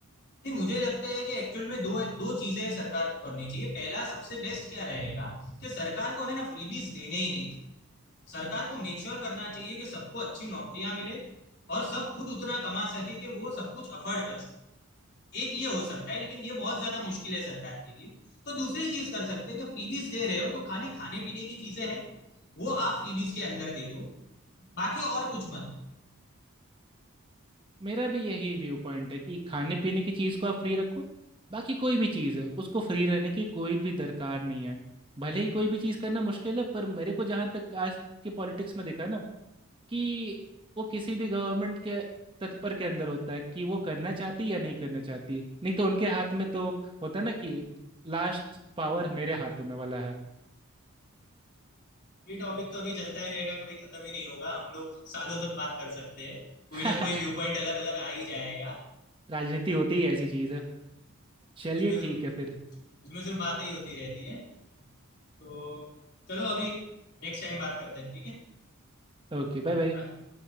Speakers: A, on the left; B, on the right.
A: नहीं मुझे लगता है कि एक्चुअल में दो दो चीजें सरकार को करनी चाहिए पहला सबसे बेस्ट क्या रहेगा कि सरकार को है ना फ्रीबीज देने ही नहीं चाहिए सरकार को मेक श्योर करना चाहिए कि सबको अच्छी नौकरियां मिले और सब खुद उतना कमा सके कि वो सब कुछ अफोर्ड कर सके एक ये हो सकता है लेकिन ये बहुत ज्यादा मुश्किल है सरकार के लिए तो दूसरी चीज कर सकते हैं कि फ्रीबीज दे रहे हो तो खाली खाने पीने की चीजें हैं वो आप फ्रीबीज के अंदर दे दो बाकी और कुछ मत दो
B: मेरा भी यही व्यू पॉइंट है कि खाने पीने की चीज़ को आप फ्री रखो बाकी कोई भी चीज़ है उसको फ्री रहने की कोई भी दरकार नहीं है भले ही कोई भी चीज़ करना मुश्किल है पर मेरे को जहाँ तक आज के पॉलिटिक्स में दिखा ना कि वो किसी भी गवर्नमेंट के तत्पर के अंदर होता है कि वो करना चाहती या नहीं करना चाहती नहीं तो उनके हाथ में तो होता ना कि लास्ट पावर मेरे हाथों में वाला है
A: ये टॉपिक तो अभी चलता ही रहेगा कभी खत्म ही नहीं होगा हम लोग सालों तक बात कर सकते हैं कोई
B: <laughs>
A: ना कोई व्यू पॉइंट अलग अलग आ ही जाएगा
B: राजनीति होती ही ऐसी
A: हम्म,
B: चीज़ है
A: हम्म,
B: चलिए
A: उसमें
B: ठीक
A: सिर्फ
B: है फिर
A: हम्म, उसमें सिर्फ बातें ही होती रहती है तो चलो अभी नेक्स्ट टाइम बात करते हैं ठीक है
B: Okay bye bye
A: बाय